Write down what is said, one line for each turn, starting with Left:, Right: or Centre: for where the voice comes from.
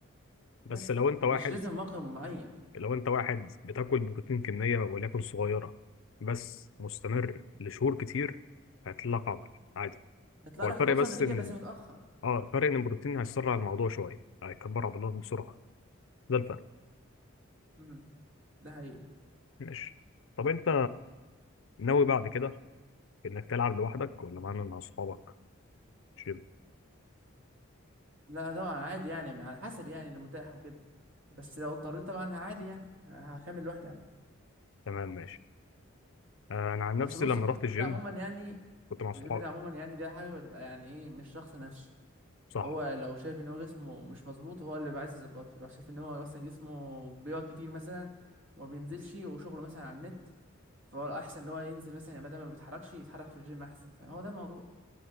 Left: بس
Right: بس
Left: لو انت واحد
Right: مش لازم مقر معين
Left: لو انت واحد بتاكل بروتين كميه وليكن صغيره بس مستمر لشهور كتير هيطلع لك عضل عادي
Right: هيطلع
Left: هو
Right: لك
Left: الفرق
Right: هتوصل
Left: بس
Right: نتيجة
Left: ان
Right: بس متأخر
Left: اه الفرق ان البروتين هيسرع الموضوع شويه هيكبر عضلات بسرعه ده الفرق
Right: امم ده حقيقي
Left: ماشي طب انت ناوي بعد كده انك تلعب لوحدك ولا معانا مع اصحابك جيم
Right: لا طبعا عادي يعني على حسب يعني اللي متاح وكده بس لو اضطريت طبعا عادي يعني هكمل لوحدي عادي
Left: تمام ماشي آه، انا عن نفسي
Right: اصل بص
Left: لما
Right: الجيم
Left: رحت الجيم
Right: ده عموما يعني
Left: كنت مع اصحابي
Right: الجيم ده عموما يعني ده حاجة بتبقى يعني ايه مش شخص نفسه
Left: صح
Right: هو لو شايف ان هو جسمه مش مظبوط هو اللي بيبقى عايز يظبطه لو شايف ان هو مثلا جسمه بيقعد كتير مثلا وما بينزلش وشغله مثلا على النت فهو الاحسن ان هو ينزل مثلا يعني بدل ما بيتحركش يتحرك في الجيم احسن فهو ده الموضوع